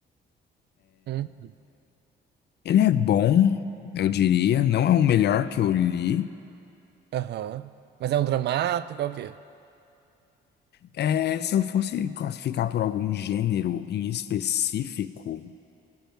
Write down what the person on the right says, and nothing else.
hum,
Aham. Mas é um dramático, é o quê?